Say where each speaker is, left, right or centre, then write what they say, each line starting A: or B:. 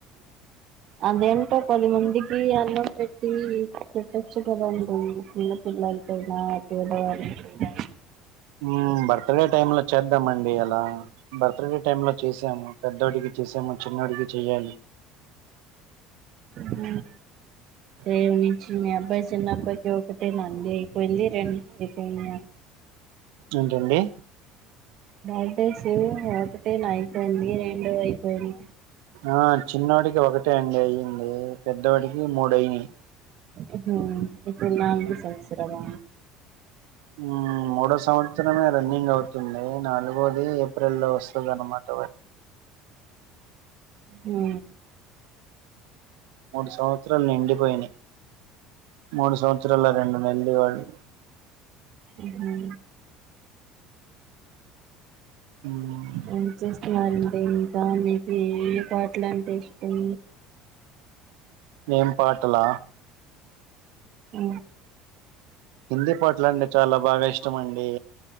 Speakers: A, on the right; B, on the right.
A: అదేంటో పది మందికి అన్నం పెట్టి పెట్టచ్చు కదా అండి చిన్న పిల్లలకైన పేద వాళ్ళకి అయిన
B: ఊ బర్త్డే టైమ్ లో చేద్దాం అండి అలా బర్త్డే టై లో చేసి సాము పెద్దోడికి చేసాము చిన్నోడికి చేయాలి
A: <inaudible>
B: అ
A: రేపటి నించి మీ అబ్బాయి చిన్న అబ్బాయికి ఒకటేనా అండి పెళ్ళి రెండు అయిపోయింద
B: ఏంటండి
A: బర్డేస్ ఒకటేనా అయిపోయింది రెండు అయిపోయి
B: ఆ చిన్నోడికి ఒకటే అండి అయింది పెద్ధోడికి మూడు అయినాయి
A: ఉహు ఇప్పుడు నాలుగో సంవత్సరమా
B: ఉ మూడో సంవత్సరమే రన్నింగ్ అవుతు వంది నాలుగోది ఏప్రిల్లో వస్తుంది అనమాట
A: ఉ
B: మూడు సంవత్సరాలు నిండిపోయి మూడు సంవత్సరాల రెండు మల్లి వాడు
A: ఉహు
B: మ్మ్
A: అ చేస్తున్నారండి ఇంకా మీకు ఏ పాటల అంటే ఇష్టం
B: నేం పాటలా
A: అ
B: హిందీ పాటల అండి చాలా బాగా ఇష్టమ అండి